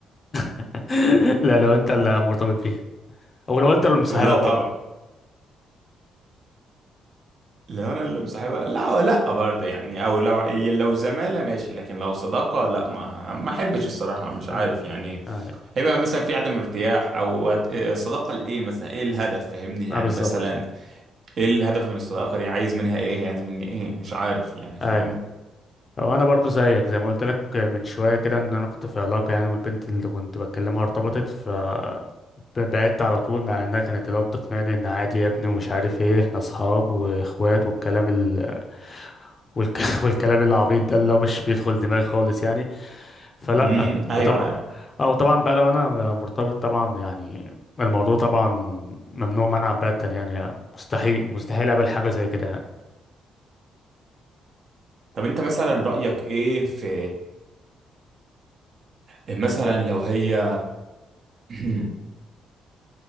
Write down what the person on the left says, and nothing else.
<laughs> لا لو انت اللي مرتبط بيها او لو انت اللي مصاحبها
برضه
مم.
ايوه
اه بالظبط
ايوه او انا برضو زيك زي ما قلت لك من شويه كده ان انا كنت في علاقه يعني والبنت اللي كنت بكلمها ارتبطت ف بعدت على طول مع انها كانت اللي هو بتقنعني ان عادي يا ابني ومش عارف ايه احنا اصحاب واخوات والكلام ال... والك... <laughs> والكلام العبيط ده اللي هو مش بيدخل دماغي خالص يعني فلا
وطبعا
اه وطبعا بقى لو انا مرتبط طبعا يعني الموضوع طبعا ممنوع منعا باتا يعني مستحيل مستحيل اقبل حاجه زي كده يعني